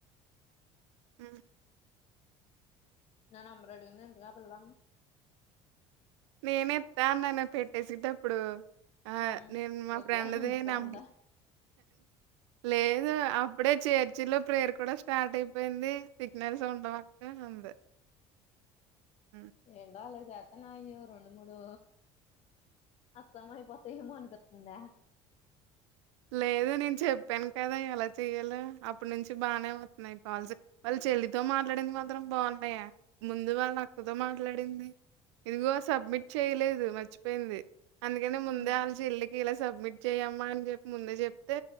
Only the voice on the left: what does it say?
నా నెంబర్ అడిగింది ఏంటి ఆ పిల్ల
ఉమ్
వద్దులే
ఉంచుకో
అందా
ఏండాలేద్ గతనాయ్యో రెండు మూడు అస్సాం అయిపోతాయమో అనిపితుందె
ఉమ్